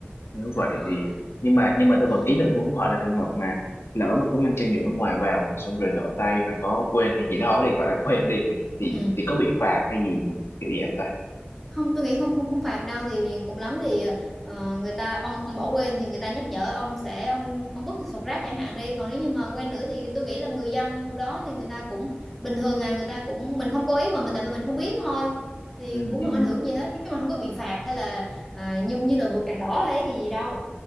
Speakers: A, on the left (about 85°); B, in the centre.
A: nếu
B: đó
A: vậy thì nhưng mà nhưng mà tôi
B: ừ.
A: vẫn ý là tôi vẫn hỏi là trường hợp mà lỡ mà có mang chai nhựa ngoài vào xong rồi lỡ tay mà có quên hay gì đó thì gọi là quên đi
B: Ừ.
A: thì thì có bị phạt hay gì kiểu vậy không ta
B: không tôi nghĩ không không không phạt đâu thì cùng lắm thì ờ, người ta ông ông bỏ quên thì người ta nhắc nhở ông sẽ ông ông vứt sọt rác chẳng hạn đi còn nếu như mà quên nữa thì tôi nghĩ là người dân đó thì người ta cũng bình thường à người ta cũng mình không cố ý mà mình tại vì mình không biết thôi thì
A: ừ,
B: cũng
A: ừ.
B: không ảnh hưởng gì hết nói chung là không có bị phạt hay là uh, như như là vượt đèn đỏ hay gì đâu